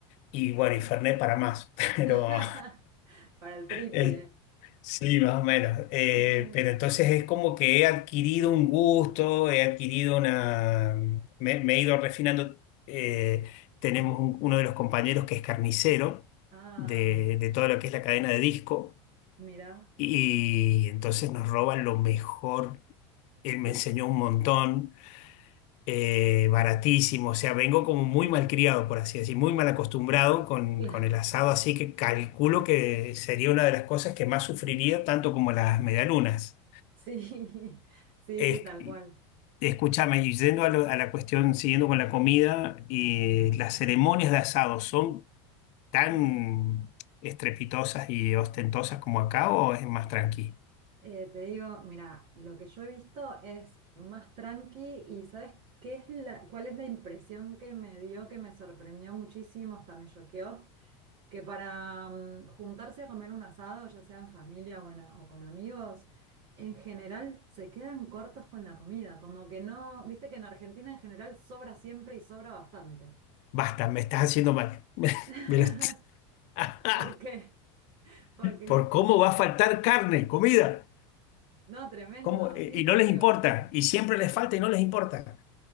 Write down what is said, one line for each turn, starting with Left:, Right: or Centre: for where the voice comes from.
Left: Y bueno, y Fernet para más, <laughs> pero...
Right: <laughs> Para el triple.
Left: <laughs> Sí, más o menos. Eh,
Right: <laughs>
Left: pero entonces es como que he adquirido un gusto, he adquirido una... Me, me he ido refinando. Eh, tenemos un- uno de los compañeros que es carnicero
Right: Ah,
Left: de, de todo lo que es la cadena de disco
Right: mira.
Left: y entonces nos roban lo mejor. Él me
Right: Y
Left: enseñó un montón eh, baratísimo, o sea, vengo como muy malcriado, por así decir, muy mal acostumbrado con,
Right: claro,
Left: con el asado, así que calculo que sería una de las cosas que más sufriría, tanto como las medialunas.
Right: <laughs> sí, sí,
Left: Es-
Right: sí, tal cual.
Left: escúchame, y yendo a, lo- a la cuestión, siguiendo con la comida, y las ceremonias de asado son tan estrepitosas y ostentosas como acá o es más tranqui.
Right: Eh, te digo, mira, lo que yo he visto es más tranqui y ¿sabes qué es la, cuál es la impresión que me dio, que me sorprendió muchísimo, hasta me choqueó? que para mm, juntarse a comer un asado, ya sea en familia o, en a- o con amigos, en general se quedan cortos con la comida, como que no, viste que en Argentina en general sobra siempre y sobra bastante.
Left: Basta, me estás haciendo mal. <laughs>
Right: <laughs>
Left: Me lo est- <laughs>
Right: ¿Por qué? Porque,
Left: Por cómo va a faltar carne, comida.
Right: no, tremendo,
Left: ¿Cómo? Eh,
Right: sí,
Left: Y
Right: te
Left: no
Right: digo.
Left: les importa, y siempre les falta y no les importa.